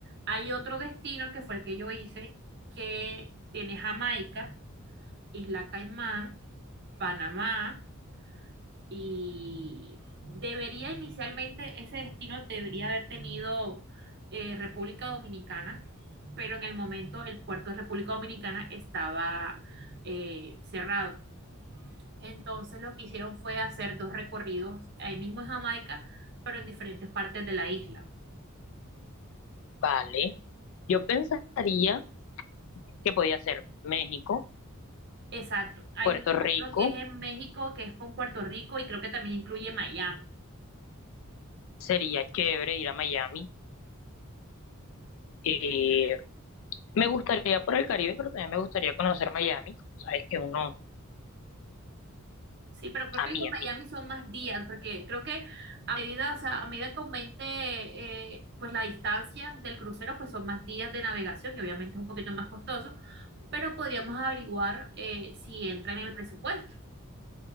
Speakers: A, on the right; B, on the left.
A: Hay otro destino que fue el que yo hice, que tiene Jamaica, Isla Caimán, Panamá, y debería inicialmente ese destino debería haber tenido eh, República Dominicana, pero en el momento el puerto de República Dominicana estaba eh, cerrado. Entonces lo que hicieron fue hacer dos recorridos ahí mismo en Jamaica, pero en diferentes partes de la isla.
B: Vale. Yo pensaría que podía ser México,
A: Exacto. Hay
B: Puerto
A: uno
B: Rico,
A: creo que es en México, que es con Puerto Rico y creo que también incluye Miami.
B: sería chévere ir a Miami. Eh, me gustaría por el Caribe, pero también me gustaría conocer Miami. Sabes que uno,
A: Sí, pero creo
B: a
A: que
B: mí,
A: el de
B: a mí.
A: Miami son más días, porque creo que a medida, o sea, a medida que aumente eh, pues la distancia del crucero, pues son más días de navegación y obviamente es un poquito más costoso, pero podríamos averiguar eh, si entra en el presupuesto.